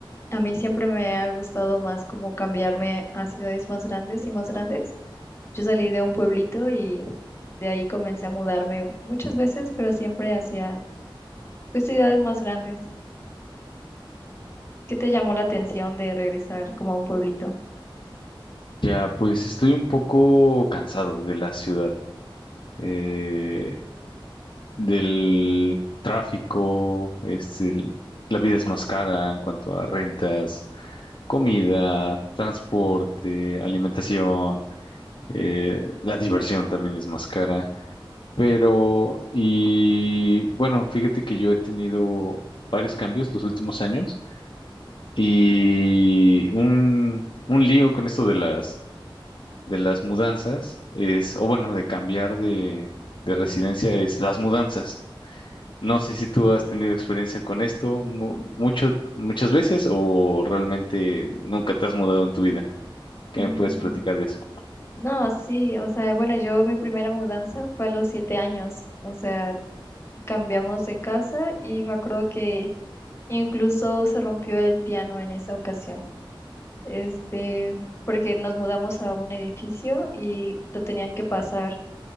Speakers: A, on the left (about 30°); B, on the left (about 60°).
A: a mí siempre me ha gustado más como cambiarme a ciudades más grandes y más grandes. Yo salí de un pueblito y de ahí comencé a mudarme muchas veces, pero siempre hacia pues, ciudades más grandes. ¿Qué te llamó la atención de regresar como a un pueblito?
B: Ya, pues estoy un poco cansado de la ciudad, eh, del tráfico, es el- la vida es más cara en cuanto a rentas, comida, transporte, alimentación, eh, la diversión también es más cara. Pero, y bueno, fíjate que yo he tenido varios cambios los últimos años y un, un lío con esto de las, de las mudanzas es, o bueno, de cambiar de, de residencia es las mudanzas. No sé si tú has tenido experiencia con esto mu- mucho, muchas veces o realmente nunca te has mudado en tu vida. ¿Qué
A: Mm,
B: me puedes platicar de eso?
A: No, sí, o sea, bueno, yo mi primera mudanza fue a los siete años, o sea, cambiamos de casa y me acuerdo que incluso se rompió el piano en esa ocasión, este, porque nos mudamos a un edificio y lo tenían que pasar,